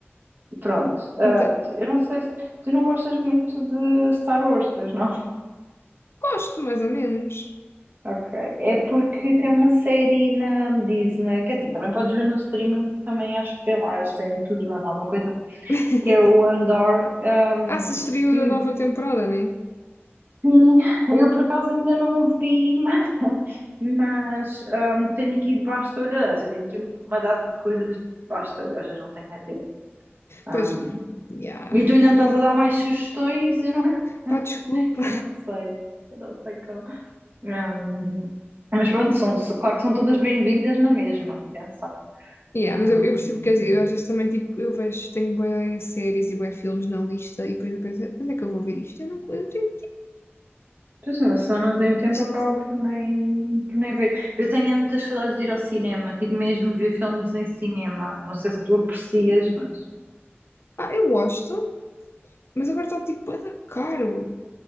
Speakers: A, on the right; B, on the left.
A: Pronto, ah,
B: Então,
A: eu não sei se tu não gostas muito de Star Wars, pois não? <laughs>
B: gosto, mais ou menos.
A: Ok, é porque tem uma série na Disney, quer dizer, também podes ver no streaming, porque também acho que tem lá, eles têm tudo e mais alguma coisa,
B: <laughs>
A: que é o Andor, ahm,
B: Ah, se estreou
A: que
B: a nova temporada, né?
A: sim, eu por acaso ainda não o vi, <laughs> mas, mas, ahm, tenho aqui debaixo do olho, aliás, eu tenho aqui uma data de coisas debaixo do olho, às vezes não tenho é tempo. Ahm,
B: Pois, já,
A: e tu ainda
B: isso
A: me estás
B: é.
A: a dar mais sugestões? Eu não, <laughs>
B: Pá, desculpa,
A: eu não sei. Eu não sei como. Ahm, mas pronto, são, são- claro que são todas bem-vindas na mesma, atenção.
B: Yeah,
A: Ahm,
B: mas eu, eu percebo o que queres dizer. Eu, Às vezes também, tipo, eu vejo, tenho bué séries e bué filmes na lista e depois eu penso, quando é que eu vou ver isto? Eu não, eu não tenho
A: pois não, se eu só não tenho tempo,
B: isto.
A: acaba por nem, por nem ver. Eu tenho é muitas saudades de ir ao cinema, tipo mesmo ver filmes em cinema. Eu não sei se tu aprecias, mas.
B: Ah, eu gosto, mas agora está, tipo, bué da caro.